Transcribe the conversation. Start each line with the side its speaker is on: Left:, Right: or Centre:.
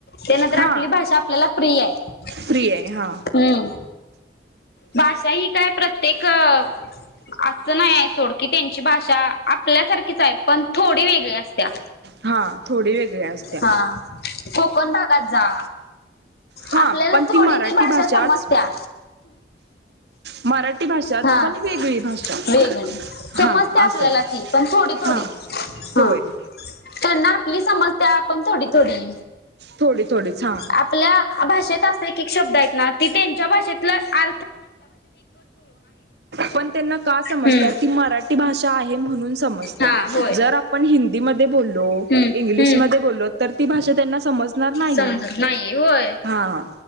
Left: त्यानंतर
Right: हा
Left: आपली भाषा आपल्याला प्रिय हाय. हम्म.
Right: फ्री आहे हा
Left: भाषा ही काय प्रत्येक असं नाही आहे सोड की त्यांची भाषा आपल्यासारखीच आहे पण थोडी वेगळी अस त्या.
Right: हा थोडी वेगळ्या असत्या
Left: हा. कोकण भागात जा.
Right: हा
Left: आपल्याला
Right: पण
Left: थोडी
Right: मराठी
Left: ती भाषा
Right: भाषाच
Left: समजत्या.
Right: मराठी भाषाच
Left: हा
Right: पण वेगळी भाषा
Left: वेगंळी
Right: हा
Left: समजते आपल्याला
Right: असं आहे
Left: ती पण थोडी थोडी.
Right: हा
Left: हा
Right: होय.
Left: त्यांना आपली समजत्या पण थोडी थोडी.
Right: थोडी थोडीच हा
Left: आपल्या भाषेत असं एक एक शब्द आहेत ना ते त्यांच्या भाषेतला अ
Right: पण त्यांना का समजत्या?
Left: हम्म
Right: ती मराठी भाषा आहे. म्हणून समजत्या
Left: हा होय
Right: जर आपण हिंदी मध्ये बोललो
Left: हम्म
Right: इंग्लिश
Left: हम्म
Right: मध्ये बोललो तर ती भाषा त्यांना समजणार नाही.
Left: समजत नाही होय
Right: हा.